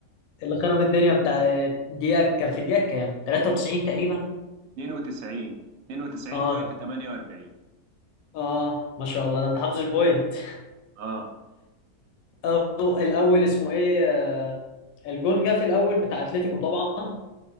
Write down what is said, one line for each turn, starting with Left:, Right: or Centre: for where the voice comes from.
Left: اللي خرب الدنيا بتاع دقيقة كان في دقيقة كام؟ 93 تقريبا
Right: 92 92.48
Left: اه اه ما شاء الله ده انت حافظ البوينت
Right: اه
Left: أو الأول اسمه ايه آه، الجون جه في الأول بتاع أتلتيكو طبعا